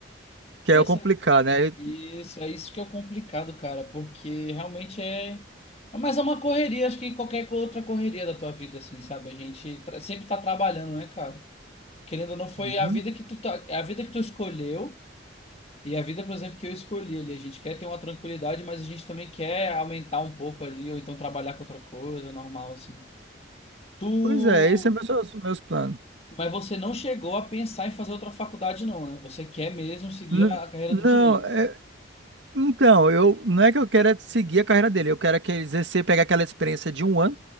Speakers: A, on the right (about 70°); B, on the left (about 30°).
A: que
B: Essa
A: é o complicado, né? Aí-
B: Isso, é isso que é o complicado, cara, porque realmente é. É mais uma correria, acho que qualquer outra correria da tua vida, assim, sabe? A gente tra- sempre tá trabalhando, né, cara? Querendo ou não, foi
A: Uhum.
B: a vida que tu tá... é a vida que tu escolheu e a vida, por exemplo, que eu escolhi ali. A gente quer ter uma tranquilidade, mas a gente também quer aumentar um pouco ali, ou então trabalhar com outra coisa, normal, assim. Tu.
A: Pois é, esses são meus, meus planos.
B: Mas você não chegou a pensar em fazer outra faculdade, não, né? Você quer mesmo seguir
A: N-
B: a a carreira
A: Não,
B: do direito.
A: é- então, eu não é que eu quero é seguir a carreira dele, eu quero é que ele exercer, pegar aquela experiência de um ano